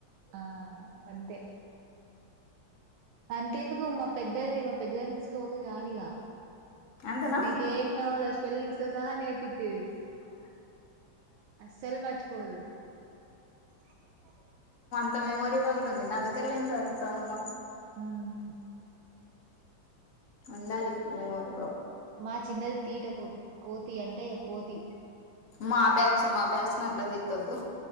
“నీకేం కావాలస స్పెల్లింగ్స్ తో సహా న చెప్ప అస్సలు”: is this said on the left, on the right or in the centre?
Right